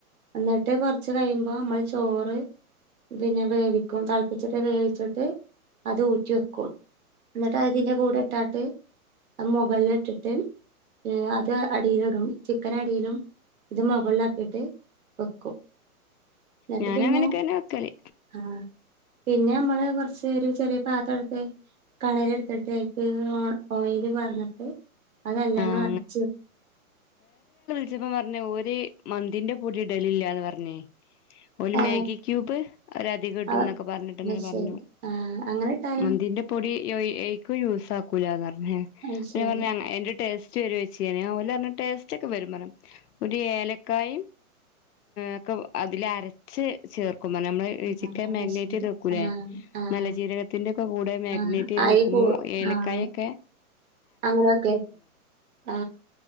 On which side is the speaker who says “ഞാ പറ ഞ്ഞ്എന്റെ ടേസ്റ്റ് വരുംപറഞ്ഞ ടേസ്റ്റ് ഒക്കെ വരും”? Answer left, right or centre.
Left